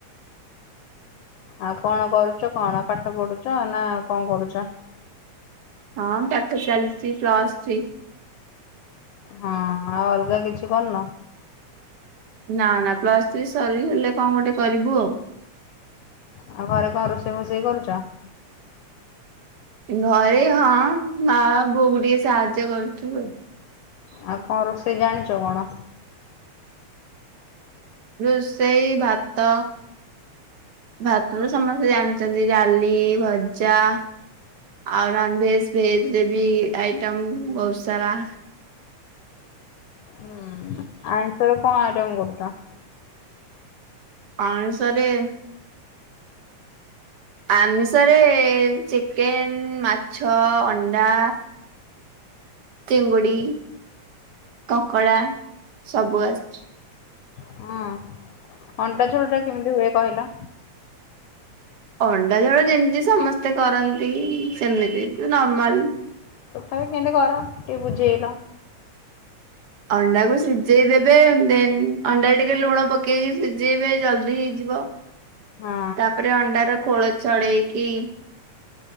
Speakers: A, on the left; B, on the right.
A: ଆଉ କଣ କରୁଛ କଣ? କଣ ପାଠ ପଢୁଛ? ନା କଣ କରୁଛ?
B: ହଁ ପାଠ ଚାଲିଛି ପ୍ଲସ୍ ଥ୍ରୀ।
A: ହଁ ଆଉ ଅଲଗା କିଛି କରୁନ?
B: ନା ନା ପ୍ଲସ ଥ୍ରୀ ସରି ଗଲେ କଣ ଗୋଟେ କରିବୁ ଆଉ।
A: ଆଉ ଘରେ କଣ ରୋଷେଇ ଫୋଷେଇ କରୁଛ?
B: ଘରେ, ହଁ ମା ବୋଉକୁ ଟିକେ ସାହାଯ୍ୟ କରୁଛୁ।
A: ଆଉ କଣ ରୋଷେଇ ଜାଣିଛ କଣ?
B: ରୋଷେଇ, ଭାତ ଭାତ ତ ସମସ୍ତେ ଜାଣିଛନ୍ତି। ଡାଲି, ଭଜା। ଆଉ ନନ୍ ଭେଜ ଭେଜ୍ ରେ ବି ଆଇଟମ ବହୁତ ସାରା।
A: ହୁଁ ଆଇଁଷ ରେ କଣ ଆଇଟମ୍ କରୁଛ?
B: ଆଇଁଷ ରେ ଆମିଷରେ ଚିକେନ୍, ମାଛ, ଅଣ୍ଡା। ଚିଙ୍ଗୁଡି,
A: ହୁଁ
B: କଙ୍କଡ଼ା ସବୁ ଆସିଛି।
A: ହୁଁ ଅଣ୍ଡା ଝୋଳଟା କେମିତି ହୁଏ କହିଲ?
B: ଅଣ୍ଡା ଝୋଳ ଯେମିତି ସମସ୍ତେ କରନ୍ତି, ସେମିତି ନର୍ମାଲ୍।
A: ତଥାପି କେମିତି କର ଟିକେ ବୁଝେଇଲ?
B: ଅଣ୍ଡାକୁ ସିଝେଇ ଦେବେ ଦେନ୍ ଅଣ୍ଡା ଟିକେ ଲୁଣ ପକେଇକି ସିଜେଇବେ ଜଲଦି ହେଇଯିବ।
A: ହଁ
B: ତାପରେ ଅଣ୍ଡାର ଖୋଳ ଛଡେଇକି